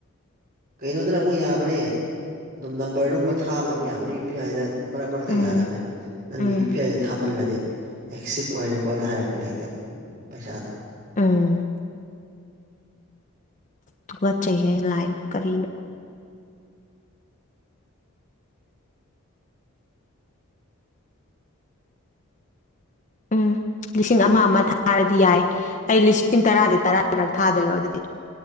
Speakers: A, on the right (about 45°); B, on the left (about 35°).
A: ꯀꯩꯅꯣꯗꯅ ꯑꯃꯨꯛ ꯌꯥꯕꯅꯦ ꯑꯗꯨꯝ ꯅꯝꯕꯔꯗꯨꯨꯝꯕ ꯊꯥꯕꯅ ꯑꯃꯨꯛ ꯌꯥꯕꯅꯦ ꯌꯨ ꯄꯤ ꯑꯥꯏꯗ ꯃꯔꯛ ꯃꯔꯛꯇ
B: ꯎꯝ
A: ꯌꯥꯗꯕꯅꯦ ꯅꯪꯒꯤ
B: ꯎꯝ
A: ꯌꯨ ꯄꯤ ꯑꯥꯏꯗ ꯊꯥꯃꯜꯂꯗꯤ ꯑꯦꯛꯁꯤꯠ ꯑꯣꯏꯔꯦ ꯈꯣꯠꯂꯦ ꯍꯥꯏꯔꯛꯄꯅꯦ ꯑꯩꯗꯣ ꯄꯩꯁꯥꯗꯣ
B: ꯎꯝ ꯊꯨꯀꯠꯆꯩꯍꯦ ꯂꯥꯏꯅ ꯀꯔꯤꯅꯣ ꯎꯝ ꯂꯤꯁꯤꯡ ꯑꯃ ꯑꯃ ꯊꯥꯔꯗꯤ ꯌꯥꯏ ꯑꯩ ꯂꯤꯁꯤꯡ ꯇꯔꯥꯁꯦ ꯇꯔꯥꯔꯛ ꯊꯥꯗꯣꯏꯔꯣ ꯑꯗꯨꯗꯤ